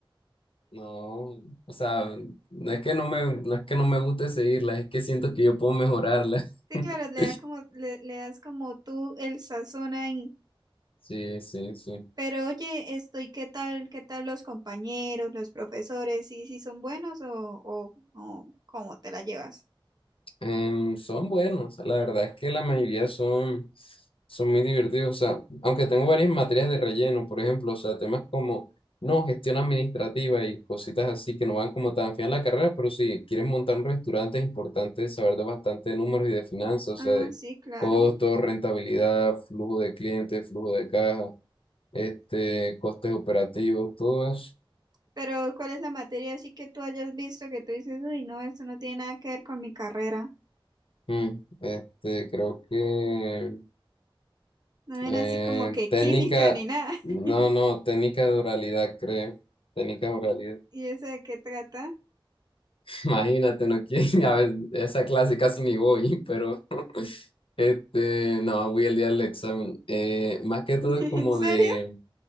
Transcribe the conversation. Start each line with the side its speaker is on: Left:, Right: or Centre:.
Left: No, o sea, no es que no me, no es que no me guste seguirlas, es que siento que yo puedo mejorarlas.
Right: Sí,
Left: <laughs>
Right: claro, le da como, le, le das como tú el sazón ahí.
Left: Sí, sí, sí.
Right: Pero oye, estoy, ¿qué tal, qué tal los compañeros, los profesores? ¿Sí, sí son buenos o, o, o cómo te la llevas?
Left: Em, son buenos, la verdad es que la mayoría son, son muy divertidos, o sea, aunque tengo varias materias de relleno, por ejemplo, o sea, temas como, no, gestión administrativa y cositas así que no van como tan fiel a la carrera, pero si quieren montar un restaurante es importante saber de bastante de números y de finanzas, o
Right: Ah,
Left: sea, de
Right: sí, claro.
Left: costos, rentabilidad, flujo de clientes, flujo de caja. este, costes operativos, todo eso.
Right: Pero ¿cuál es la materia así que tú hayas visto que tú dices, uy, no, esto no tiene nada que ver con mi carrera?
Left: Mm, este, creo que
Right: No ven
Left: eh,
Right: así como que
Left: técnica,
Right: química ni nada.
Left: no,
Right: <laughs>
Left: no, técnica de oralidad, creo. Técnica de oralidad.
Right: ¿Y eso de qué trata?
Left: <laughs> Imagínate, no quiero, <laughs> a ver, esa clase casi ni voy, pero <laughs> este, no, voy el día del examen. Eh, más que
Right: <laughs>
Left: todo es como
Right: ¿En serio?
Left: de,